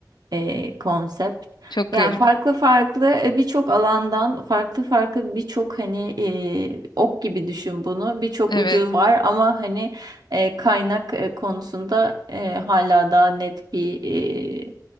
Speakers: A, on the right; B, on the left.
A: e, konsept.
B: Çok garip.
A: Yani farklı farklı e, birçok alandan farklı farklı birçok hani e, ok gibi düşün bunu birçok
B: Evet.
A: ucu var ama hani e, kaynak e, konusunda e, hala daha net bir e,